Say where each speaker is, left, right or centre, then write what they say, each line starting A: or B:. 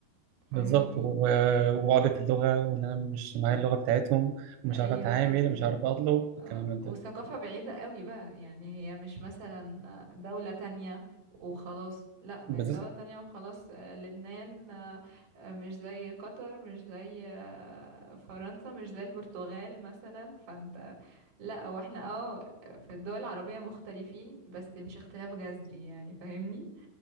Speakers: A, on the right; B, on the right.
A: فاهمني
B: بالظبط و- وعقدة اللغه وان انا مش معايا اللغه بتاعتهم ومش
A: ايوه
B: عارف اتعامل
A: بالظبط
B: مش عارف اطلب الكلام
A: آه،
B: من ده
A: وثقافة بعيدة قوي بقى يعني هي مش مثلا دولة تانية وخلاص لا ما
B: بالذات
A: هي دولة تانية وخلاص آه، لبنان آه، آه، مش زي قطر مش زي آه، فرنسا مش زي البرتغال مثلا فانت لا واحنا اه في الدول العربية مختلفين بس مش اختلاف جذري يعني فاهمني